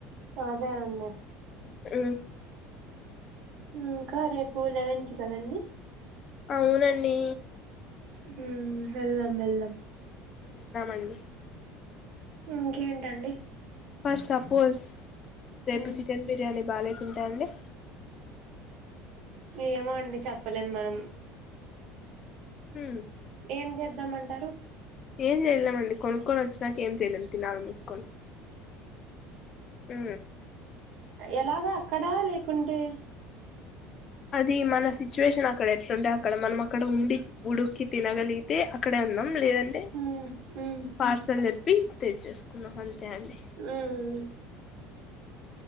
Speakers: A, on the right (about 60°); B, on the left (about 35°).
A: అదే అండి
B: ఊ
A: ఇంకా రేపు లెవెన్ కి కదండి
B: అవునండి
A: హూ వెళ్దాం వెళ్దాం
B: ఎల్డమండి
A: ఇంకేంటండి
B: ఫర్ట్ సపోజ్ రేపు
A: మ్మ్
B: చికెన్ బిర్యానీ బాగాలేేకుంటె అండి
A: ఏమో అండి చెప్పలేం మనం
B: హ
A: ఏం చేద్దామ అంటారు
B: ఏం చేయలేమండి కొనుక్కొని వచ్చినాక ఏం చేయలేం తినాలి మూసుకొని ఉ
A: ఎలాగ అక్కడా లేకుంటె
B: అది మన సిచ్యువేషన్ అక్కడ ఎట్లుంటే అక్కడ మనం అక్కడ ఉండి ఉడుక్కి తినగలిగితే అక్కడే ఉందాం లేదంటే
A: మ్మ్ మ్మ్
B: పార్సల్ చేప్పి తెచ్చేసు కునఫ అంతే అండి
A: మ్మ్